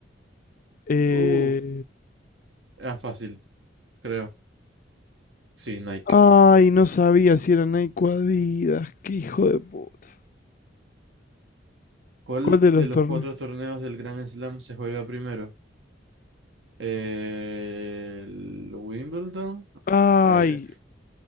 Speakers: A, on the left; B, on the right.
A: Eh...
B: Uf, era fácil, creo. Sí, Nike.
A: Ay, no sabía si era Nike o Adidas. Qué hijo de puta.
B: ¿Cuál
A: ¿Cuál de los
B: de los
A: torneos?
B: cuatro torneos del Grand Slam se juega primero? Eh, ¿El Wimbledon?
A: Ay,
B: Ah, ya.